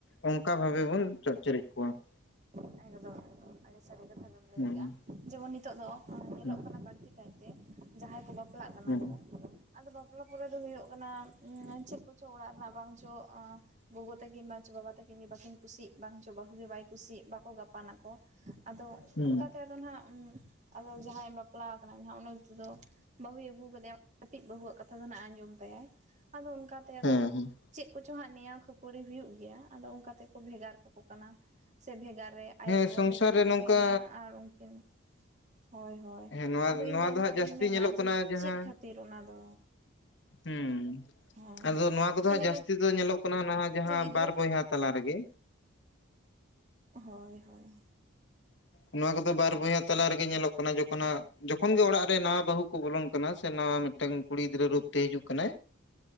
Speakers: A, on the left (about 60°); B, on the right (about 35°).
A: ᱚᱱᱠᱟ ᱵᱷᱟᱵᱮ ᱵᱚᱱ ᱪᱚᱜ ᱪᱮᱨᱮᱡ ᱠᱚᱣᱟ ᱾
B: ᱮᱠᱫᱚᱢ ᱮᱠᱫᱚᱢ ᱟᱹᱰᱤ ᱥᱟᱹᱨᱤ ᱠᱟᱛᱷᱟ ᱜᱮᱢ ᱞᱟᱹᱭ
A: ᱦᱩᱸ
B: ᱠᱟᱜᱼᱟ ᱡᱮᱢᱚᱱ ᱱᱤᱛᱚᱜ ᱫᱚ ᱧᱮᱞᱚᱜ
A: ᱦᱩᱸ
B: ᱠᱟᱱᱟ ᱵᱟᱹᱲᱛᱤ ᱠᱟᱭᱛᱮ ᱡᱟᱦᱟᱸᱭ ᱠᱚ ᱵᱟᱯᱞᱟᱜ ᱠᱟᱱᱟ
A: ᱦᱩᱸ
B: ᱠᱚ᱾ ᱟᱫᱚ ᱵᱟᱯᱞᱟ ᱯᱚᱨᱮ ᱫᱚ ᱦᱩᱭᱩᱜ ᱠᱟᱱᱟ ᱪᱮᱫ ᱠᱚᱪᱚᱝ ᱚᱲᱟᱜ ᱨᱮᱱᱟᱜ ᱵᱟᱝ ᱪᱚ ᱟᱸ ᱜᱚᱜᱚ ᱛᱟᱹᱠᱤᱱ ᱵᱟᱪᱚ ᱵᱟᱵᱟ ᱛᱟᱹᱠᱤᱱ ᱜᱮ ᱵᱟᱠᱤᱱ ᱠᱩᱥᱤᱜ ᱵᱟᱝ ᱪᱚ ᱵᱟᱹᱦᱩ ᱜᱮ ᱵᱟᱭ ᱠᱩᱥᱤᱜ ᱵᱟᱠᱚ ᱜᱟᱯᱟᱱ ᱟᱠᱚ ᱟᱫᱚ
A: ᱦᱩᱸ
B: ᱚᱱᱠᱟ ᱛᱮ ᱟᱫᱚ ᱱᱟᱦᱟᱸᱜ ᱟᱫᱚ ᱡᱟᱦᱟᱸᱭ ᱵᱟᱯᱞᱟ ᱟᱠᱟᱱᱟ ᱩᱱᱤᱭᱟᱜ ᱞᱟᱹᱭ ᱛᱮᱫᱚ ᱵᱟᱹᱦᱩᱭ ᱟᱹᱜᱩ ᱟᱠᱟᱫᱮᱭᱟ ᱠᱟᱹᱴᱤᱡ ᱵᱟᱹᱦᱩ ᱟᱜ ᱠᱟᱛᱷᱟ ᱫᱚ ᱱᱟᱸᱦᱟᱜ ᱮ ᱟᱸᱡᱚᱢ ᱛᱟᱭᱟᱭ᱾ ᱟᱫᱚ ᱚᱱᱠᱟ ᱛᱮ
A: ᱦᱮᱸ
B: ᱟᱫᱚ
A: ᱦᱮᱸ
B: ᱪᱮᱫ ᱠᱚ ᱠᱚᱪᱚ ᱦᱟᱸᱜ ᱱᱮᱭᱟᱣ ᱠᱷᱟᱹᱯᱟᱹᱨᱤ ᱦᱩᱭᱩᱜ ᱜᱮᱭᱟ ᱟᱫᱚ ᱚᱱᱠᱟ ᱛᱮᱠᱚ ᱵᱷᱮᱜᱟᱨ ᱠᱟᱠᱚ ᱠᱟᱱᱟ ᱥᱮ ᱵᱷᱮᱜᱟᱨ ᱨᱮ ᱟᱭᱳᱼᱵᱟᱵᱟ
A: ᱦᱮᱸ ᱥᱚᱝᱥᱟᱨ
B: ᱵᱷᱮᱜᱟᱨ
A: ᱨᱮ
B: ᱨᱮᱠᱤᱱ
A: ᱱᱚᱝᱠᱟ
B: ᱛᱟᱦᱮᱱ ᱠᱟᱱᱟ ᱟᱨ ᱩᱱᱠᱤᱱ ᱦᱳᱭ ᱦᱳᱭ
A: ᱦᱮᱸ ᱱᱚᱣᱟ
B: ᱟᱫᱚ
A: ᱱᱚᱣᱟ
B: ᱤᱧᱫᱚ
A: ᱫᱚ
B: ᱚᱱᱠᱟ
A: ᱦᱟᱸᱜ ᱡᱟᱹᱥᱛᱤ
B: ᱫᱩᱧ ᱢᱮᱱᱟ
A: ᱧᱮᱞᱚᱜ ᱠᱟᱱᱟ
B: ᱡᱮ
A: ᱡᱟᱦᱟᱸ
B: ᱪᱮᱫ ᱠᱷᱟᱹᱛᱤᱨ ᱚᱱᱟ ᱫᱚ
A: ᱦᱩᱸ
B: ᱦᱳᱭ
A: ᱟᱫᱚ ᱱᱚᱣᱟ ᱠᱚᱫᱚ
B: ᱤᱧ
A: ᱦᱟᱸᱜ
B: ᱫᱚᱧ
A: ᱡᱟᱹᱥᱛᱤ
B: ᱞᱟᱹᱭ
A: ᱫᱚ ᱧᱮᱞᱚᱜ ᱠᱟᱱᱟ ᱡᱟᱦᱟᱸ
B: ᱡᱮ ᱜᱤᱫᱽᱨᱟᱹ
A: ᱵᱟᱨ ᱵᱚᱭᱦᱟ ᱛᱟᱞᱟ ᱨᱮᱜᱮ
B: ᱦᱳᱭ ᱦᱳᱭ᱾
A: ᱱᱚᱣᱟ ᱠᱚᱫᱚ ᱵᱟᱨ ᱵᱚᱭᱦᱟ ᱛᱟᱞᱟ ᱨᱮᱜᱮ ᱧᱮᱞᱚᱜ ᱠᱟᱱᱟ ᱡᱚᱠᱷᱚᱱ ᱦᱟᱸᱜ ᱡᱚᱠᱷᱚᱱ ᱜᱮ ᱚᱲᱟᱜ ᱨᱮ ᱱᱟᱣᱟ ᱵᱟᱹᱦᱩ ᱠᱚ ᱵᱚᱞᱚᱱ ᱠᱟᱱᱟ ᱥᱮ ᱱᱟᱣᱟ ᱢᱤᱫ ᱢᱤᱫᱴᱟᱝ ᱠᱩᱲᱤ ᱜᱤᱫᱽᱨᱟᱹ ᱨᱩᱯ ᱛᱮ ᱦᱤᱡᱩᱜ ᱠᱟᱱᱟᱭ